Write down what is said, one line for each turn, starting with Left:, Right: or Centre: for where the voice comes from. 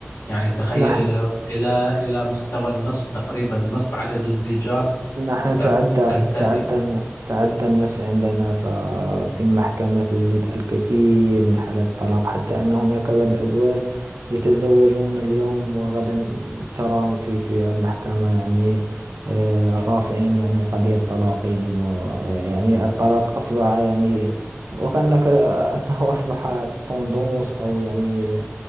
Left: يعني تخيل
Right: نحن
Left: إلى إلى إلى مستوى النصف تقريبا نصف عدد الزيجات
Right: نحن
Left: ت-
Right: تعدى
Left: تنتهي
Right: تعدى الناس تعدى الناس عندنا ففي المحكمة تجد الكثير من حالات الطلاق حتى أن هناك بعض الأزواج يتزوجون اليوم وغدا تراهم في في المحكمة يعني آه، رافعين يعني قضية طلاقهم وغير يعني الطلاق أصبح يعني وكأنك آه، أنه <laughs> أصبح طندوس أو يعني